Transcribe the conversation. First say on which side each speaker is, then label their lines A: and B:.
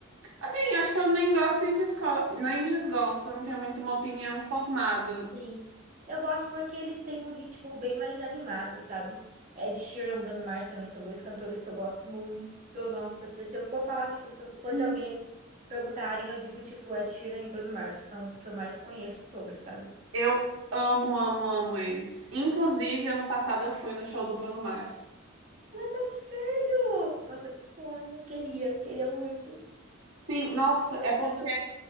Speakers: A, on the right (about 70°); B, on the right (about 35°).
A: Assim, acho que eu nem gosto nem, desco... nem desgosto, eu não tenho muito uma opinião formada.
B: Sim. Eu gosto porque eles têm um ritmo bem mais animado, sabe? Ed Sheeran, Bruno Mars também são dois cantores que eu gosto muito. Nossa, se eu for falar, tipo, se eu for
A: Hum.
B: de alguém perguntarem, eu digo, tipo, Ed Sheeran e Bruno Mars, são os que eu mais conheço sobre, sabe?
A: Eu amo, amo, amo eles. Inclusive, ano passado eu fui no show do Bruno Mars.
B: Mas Sério? Nossa, que sonho. Eu Queria, queria muito.
A: Sim, nossa,
B: Meu
A: é
B: sonho
A: porque,